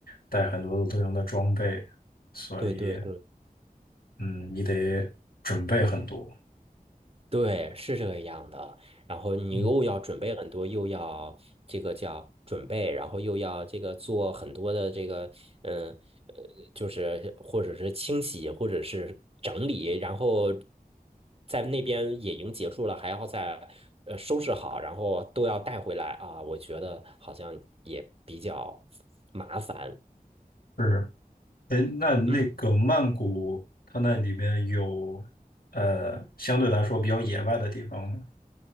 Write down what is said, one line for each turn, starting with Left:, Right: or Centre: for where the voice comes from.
Left: 带很多的露营的装备，所以，
Right: 对对对。
Left: 嗯，你得准备很多。
Right: 对，是这样的。然后你又要准备很多，
Left: 嗯，
Right: 又要这个叫准备，然后又要这个做很多的这个，嗯呃，就是或者是清洗，或者是整理，然后在那边野营结束了，还要再呃收拾好，然后都要带回来啊。我觉得好像也比较麻烦。
Left: 是。哎，那那个曼谷，
Right: 嗯。
Left: 它那里面有呃相对来说比较野外的地方吗？